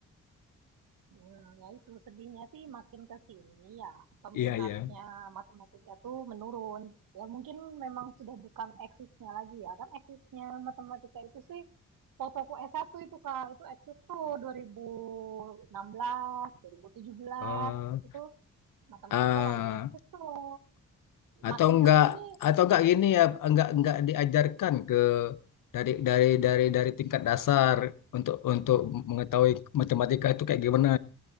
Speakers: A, on the right; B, on the left.
A: hmm ya itu sedihnya sih makin ke sini ya peminatnya
B: Iya, iya.
A: matematika tuh menurun. Ya mungkin memang sudah bukan eksisnya lagi ya. Kan eksisnya matematika itu sih fotoku s satu itu Kak, itu eksis tuh dua dua ribu ribu enam belas dua ribu tujuh belas
B: Eh,
A: Itu tuh matematika
B: Ah,
A: lagi eksis tuh.
B: atau
A: Makin
B: enggak
A: ke sini
B: atau enggak gini ya enggak enggak diajarkan ke dari dari dari dari tingkat dasar untuk untuk mengetahui matematika itu kayak gimana